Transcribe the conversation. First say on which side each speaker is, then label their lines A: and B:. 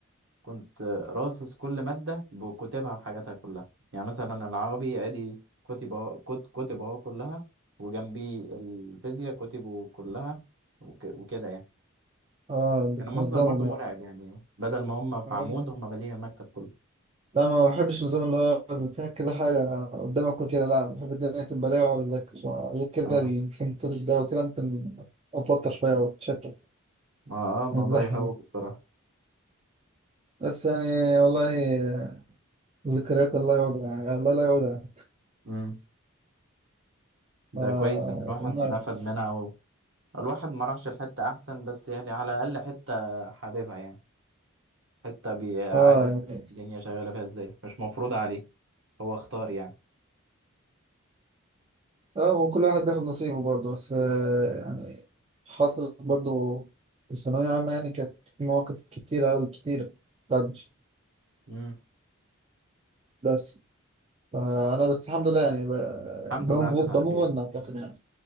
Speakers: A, on the right (about 60°); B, on the right (about 25°).
A: كنت راصص كل مادة بكتبها وحاجاتها كلها يعني مثلا العربي ادي كتب اهو كت- كتب اهو كلها وجنبي الفيزياء كتبه كلها وك- وكده يعني
B: اه بتنظمهم
A: كان المنظر برضو مرعب يعني بدل ما هم في
B: يعني
A: عمود هم مالين المكتب كله
B: لا ما بحبش النظام اللي هو فيها كذا حاجة قدامك وكده لا بحب الدنيا تبقى رايقة وأقعد أذاكر غير كده
A: اه
B: الفنتات ده وكده ممكن أتوتر شوية وأتشتت
A: ما اه الموضوع
B: من الزحمة
A: يخوف
B: دي
A: الصراحة
B: بس يعني والله ذكريات الله يعودها يعني الله لا يعودها
A: امم ده
B: آه
A: كويس ان الواحد
B: والله.
A: نفد منها و... الواحد ما راحش الحتة احسن بس يعني على الاقل حتة حاببها يعني حتة بيعرف
B: اه يعني
A: الدنيا شغالة فيها ازاي مش مفروضة عليه هو اختار يعني
B: اه وكل واحد بياخد نصيبه برضه بس آه يعني حصلت برضه في الثانوية العامة يعني كانت في مواقف كتيرة أوي كتيرة بتعدي
A: مم.
B: بس فأنا بس الحمد لله يعني
A: الحمد
B: بموف
A: لله عدت على
B: بموف
A: خير
B: أون أعتقد يعني